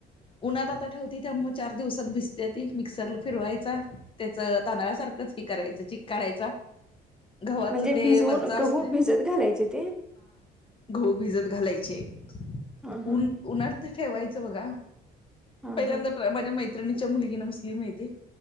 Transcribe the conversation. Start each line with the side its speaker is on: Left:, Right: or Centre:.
Left: उन्हात आता ठेवती त्यामुळ चार दिवसात बिजत्याती मिक्सरला फिरवायचा. त्याचं तांदळा सारखंच की करायचं चिक काढायचा. गव्हाचं
Centre: म्हणजे
Left: ते
Centre: भिजवून,
Left: वरचं
Centre: गहू
Left: असतं
Centre: भिजत घालायचे ते?
Left: गहु भिजत घालायचे.
Centre: हा
Left: ऊन
Centre: हा.
Left: उन्हात ते ठेवायचं बघा,
Centre: हा
Left: पहिल्यांदा
Centre: हा
Left: माझ्या मैत्रिणीच्या मुलगीन मुसलीम आहे ती,